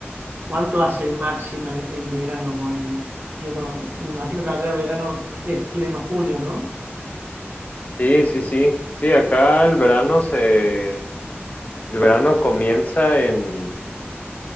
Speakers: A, on the right; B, on the left.
A: cuánto hace de máxima en en verano con el pleno? Me imagino que allá de verano es pleno julio, ¿no?
B: Sí, sí, sí, sí, acá el verano se, el verano comienza en,